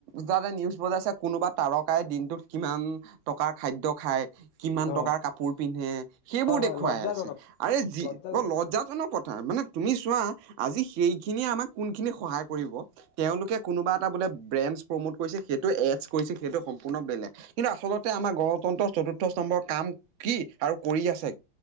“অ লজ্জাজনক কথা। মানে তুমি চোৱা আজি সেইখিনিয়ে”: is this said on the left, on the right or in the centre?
Right